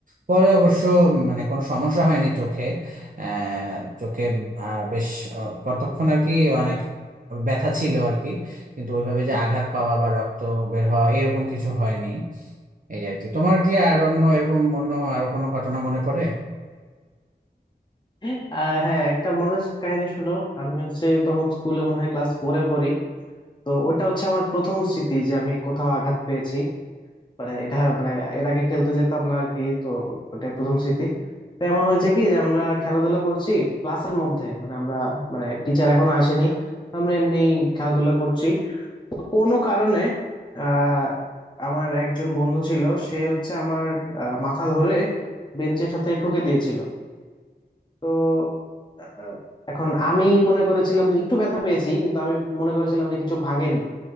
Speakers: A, on the right; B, on the left.
A: পরে অবশ্য মানে কোনো সমস্যা হয়নি চোখে আহ, চোখে আহ, বেশ আহ, কতক্ষণ আর কি অনেক ব্যথা ছিল আর কি কিন্তু ওইভাবে যে আঘাত পাওয়া বা রক্ত বের হওয়া এরকম কিছু হয়নি এই আর কি তোমার কি আর অন্য এরকম অন্য আরো কোনো ঘটনা মনে পড়ে
B: আহ হ্যাঁ একটা মজার কাহিনী শুনো আমি হচ্ছে তখন স্কুলে মনে হয় ক্লাস ফোরে পড়ি তো ওটা হচ্ছে আমার প্রথম স্মৃতি যে আমি কোথাও আঘাত পেয়েছি মানে এটা মানে এর আগে খেলতে যেতাম না আর কি তো ওটাই প্রথম স্মৃতি তো এমন হয়েছে কি যে আমরা খেলাধুলা করছি ক্লাসের মধ্যে মানে আমরা মানে টিচার এখনো আসেনি আমরা এমনি খেলাধুলা করছি তো কোনো কারণে আহ আমার একজন বন্ধু ছিল সে হচ্ছে আমার আহ, মাথা ধরে বেঞ্চের সাথে ঠুকে দিয়েছিল তো আহ, এখন আমি মনে করেছিলাম যে একটু ব্যথা পেয়েছি কিন্তু আমি মনে করেছিলাম যে কিছু ভাঙেনি